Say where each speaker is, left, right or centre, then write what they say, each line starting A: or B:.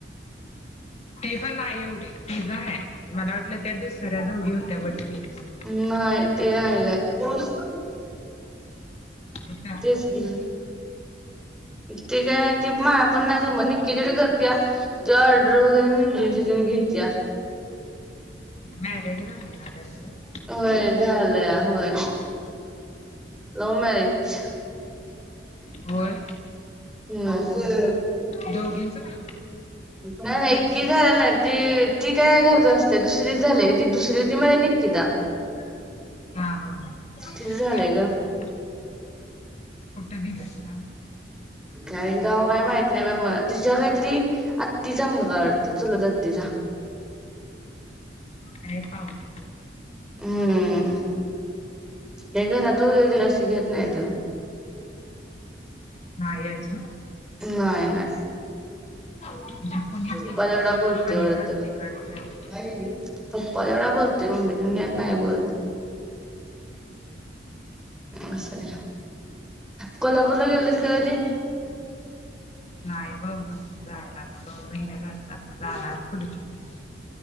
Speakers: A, on the left; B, in the centre.
A: ते पण नाही एवढे तिझा आहे मला वाटलं त्या दुसऱ्या दोघी होत्या बघ ट्विन्स.
B: हम् नाही
A: त्या
B: ते नाही काय.
A: त्या
B: तेच की, ते काय ती माया पण नाही जमत निक्की तेवडी जात्या ती ऑर्डर वगैरे मेहंदींची तेन घेत्या.
A: मॅरिड झालंय ना? त्यांच?
B: होय झालंया होय.
A: सत्याची माय.
B: Love marriage.
A: होय?
B: हम्म.
A: दोघींच पण?
B: नाही नाही एक्की झालेल नाही ती ती काय घरातच असत्या दुसरीच झालं ग ती दुसरी होती माय निक्कीता.
A: हा हा हा.
B: तिचं झालंय ग
A: दिला तिला,
B: काय गाव आहे माहित नाही बाई मला तीझ्या काहीतरी आत्तीचा मुलगा आहे वाटतं चुलत आत्तीचा.
A: काय पावण्यातच,
B: हम्म. काय घरात वगैरे तीला अशी घेत नाहीतं.
A: नाही अजून,
B: नाही नाही.
A: <unintelligible>
B: पप्पा तेवढा
A: मम्मी
B: बोलतोय
A: पप्पांनी
B: वाटतं.
A: का तिकडच्या आहे.
B: पप्पा तेवढा बोलतोय मम्मी तेन काय नाही बोलत. असंय, कोल्हापूरला गेलेलीस काय कधी?
A: नाही बघु जायला आता दोन महिने झालं आता जाणार पुढच्या महिन्यात.